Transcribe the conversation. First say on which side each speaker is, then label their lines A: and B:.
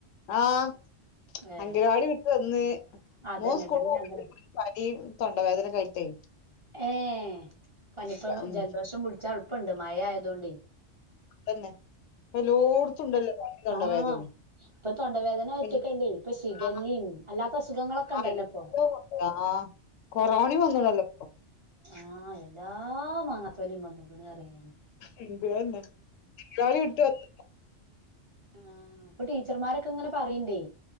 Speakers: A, on the left (about 80°); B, on the right (about 40°).
A: ആഹ
B: ഏ
A: അംഗനവാടി വിട്ട് വന്ന്
B: അതന്നെ
A: മോൻ സ്കൂള
B: ഇബടിം
A: പോ
B: അങ്ങനെ
A: പനിയും തൊണ്ടവേദനയൊക്കെ ആയിട്ടെ
B: ഏ പനിപ്പ
A: ഉം
B: ജലദോഷം പിടിച്ച എളുപ്പമുണ്ട് മയ ആയതൊണ്ട്
A: അതന്നെ പ്പ എല്ലാടത്തും ഉണ്ടല്ലോ പനിയും തൊണ്ടവേദനയും
B: ആഹ് ഇപ്പൊ തൊണ്ടവേദന ഒറ്റക്കല്ലേ
A: എല്ല
B: ഇപ്പൊ ശിഖല്ലിം
A: ആ
B: അല്ലാത്ത അസുഖങ്ങളൊക്കെ ഉണ്ടല്ലോ
A: ആ എല്ലാതുണ്ട്
B: ഇപ്പൊ
A: ആ കൊറോണി വന്നണല്ലോ
B: ആഹ എല്ലാ മാങ്ങത്തോലിയും വന്ന്ക്കണ് അറിയ
A: അതന്നെ ബംഗാളി ഇട്ടു വ
B: ആ ഇപ്പൊ ടീച്ചർമാരൊക്കെ ഇങ്ങനെ പറയണ്ടേ